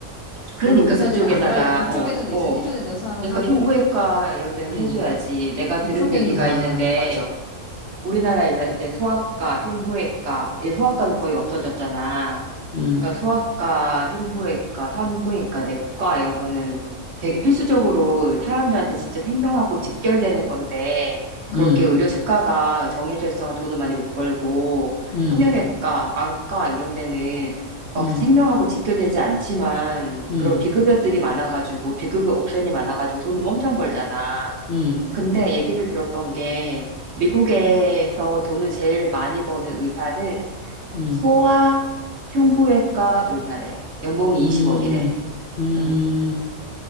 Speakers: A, on the right; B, on the left.
A: 그러니까
B: 별로 의사들이
A: 그쪽에다가
B: 안 갈려 그쪽에는
A: 어,
B: 이제
A: 어.
B: 해줘야 된다고 생각은
A: 그러니까
B: 하고
A: 흉부외과 이런 데는
B: 음.
A: 해줘야지. 내가
B: 그쪽에는
A: 들은 얘기가
B: 아
A: 있는데
B: 맞아
A: 우리나라에 이제 이제 소아과, 흉부외과, 이제 소아과는 거의 없어졌잖아.
B: 음,
A: 그러니까 소아과, 흉부외과, 산부인과, 내과 이런 거는 되게 필수적으로 사람들한테 진짜 생명하고 직결되는 건데 그렇게
B: 음,
A: 의료 수가가 정해져 있어서 돈을 많이 못 벌고
B: 음,
A: 성형외과, 안과 이런 데는 막
B: 음,
A: 생명하고 직결되지 않지만
B: 음,
A: 그런 비급여들이 많아가지고 비급여 옵션이 많아가지고 돈은 엄청 벌잖아.
B: 음,
A: 근데 얘기를 들었던 게 미국에서 돈을 제일 많이 버는 의사는
B: 음,
A: 소아 흉부외과 의사래. 연봉이
B: 음,
A: 20억이래.
B: 음.
A: 음.